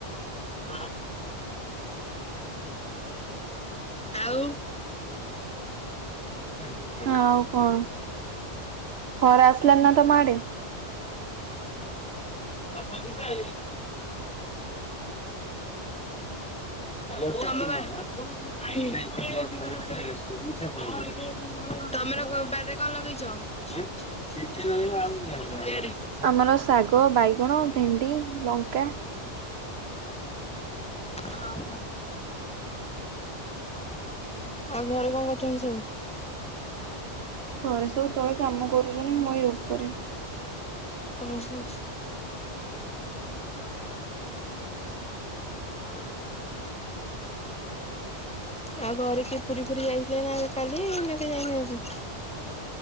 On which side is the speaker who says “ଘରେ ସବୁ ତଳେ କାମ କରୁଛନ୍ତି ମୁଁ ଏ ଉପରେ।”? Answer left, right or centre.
Right